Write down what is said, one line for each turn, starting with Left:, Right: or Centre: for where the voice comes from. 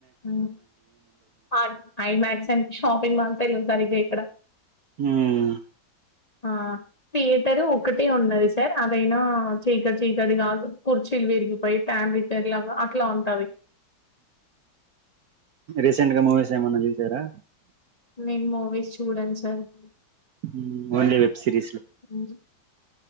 Left: ఊహూ art IMAX and shopping మాల్సె లేవు సరిగా ఇక్కడ.
Right: ఉమ్మ్.
Left: ఆ థియేటరు ఒకటే ఉన్నది సార్, అదైనా చీకటి చీకటి గా కూర్చ్. టిల్ విర్గిపోయి, ఫ్యాన్ రిపేర్ లాగా అట్లా ఉంటది.
Right: రీసెంట్ గా మూవీస్ ఏమన్నా జూసారా.?
Left: నేను మూవీస్ చూడాన్ సార్. !
Right: ఊ ఓన్లీ వెబ్ సిరీస్లు.
Left: హ్మ్.